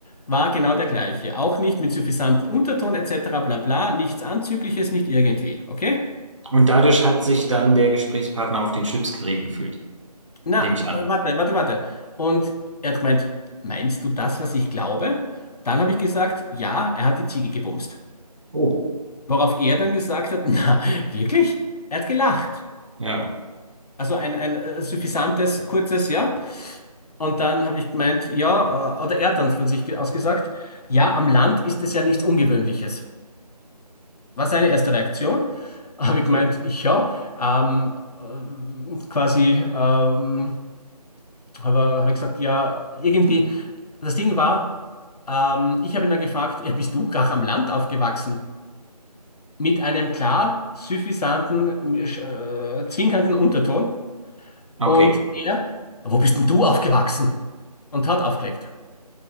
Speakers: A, on the left; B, on the right.
A: war genau der gleiche. Auch nicht mit suffisantem Unterton etc. bla bla, nichts Anzügliches, nicht irgendwie. Okay?
B: Und dadurch hat sich dann der Gesprächspartner auf den Schlips gerieben gefühlt,
A: Na,
B: nehme ich an.
A: warte, warte, warte. Und er hat gemeint, meinst du das, was ich glaube? Dann habe ich gesagt, ja, er hat die Ziege gebumst.
B: Oh,
A: Worauf er dann gesagt hat, <laughs> na, wirklich? Er hat gelacht.
B: ja,
A: Also ein, ein äh, suffisantes, kurzes Ja. Und dann habe ich gemeint, ja, äh, oder er hat dann von sich ge- aus gesagt, ja, am Land ist es ja nichts Ungewöhnliches. war seine erste Reaktion. <laughs> Habe
B: okay.
A: ich gemeint, ich ja. Ähm, äh, quasi ähm, habe hab ich gesagt, ja, irgendwie. Das Ding war, ähm, ich habe ihn dann gefragt, ja, bist du gar am Land aufgewachsen? Mit einem klar suffisanten, äh, zwinkernden Unterton.
B: Okay.
A: Und er, wo bist denn du aufgewachsen? Und hat aufgelegt.